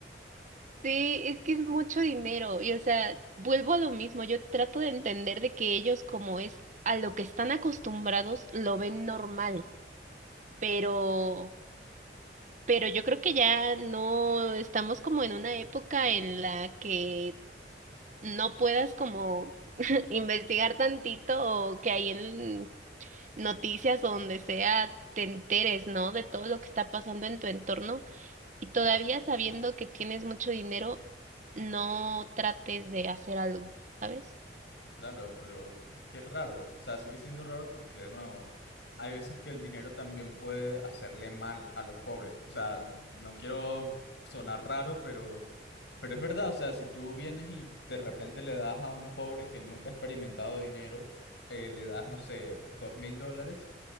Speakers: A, on the right; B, on the left.
A: sí, es que es mucho dinero. Y o sea, vuelvo a lo mismo, yo trato de entender de que ellos como es a lo que están acostumbrados, lo ven normal, pero... Pero yo creo que ya no estamos como en una época en la que no puedas como <laughs> investigar tantito o que hay en noticias o donde sea te enteres, ¿no? De todo lo que está pasando en tu entorno y todavía sabiendo que tienes mucho dinero, no trates de hacer algo, ¿sabes?
B: Claro, pero es que es raro, o sea, sigue siendo raro porque de nuevo, hay veces que el dinero también puede hacerle mal a los pobres. O sea, no quiero sonar raro, pero pero es verdad, o sea, si tú vienes y de repente le das a un pobre que nunca ha experimentado dinero, eh, le das, no sé, dos mil dólares